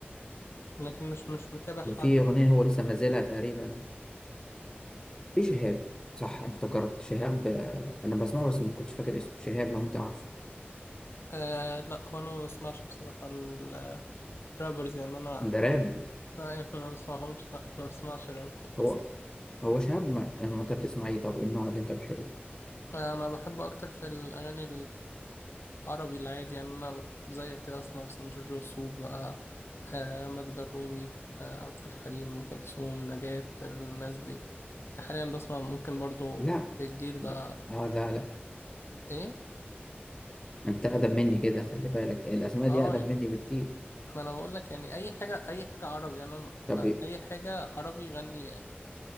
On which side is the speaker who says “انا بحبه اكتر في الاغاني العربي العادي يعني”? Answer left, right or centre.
Left